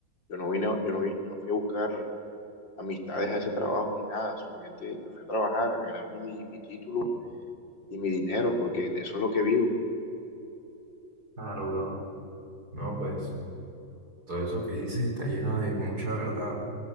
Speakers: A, on the left; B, on the right.
A: Yo no vine, a- yo no vi- yo no fui a buscar amistades a ese trabajo ni nada, solamente yo fui a trabajar, a ganarme mi, mi título y mi dinero, porque de eso es lo que vivo.
B: Claro, bro. No, pues todo eso que dices está lleno de mucha verdad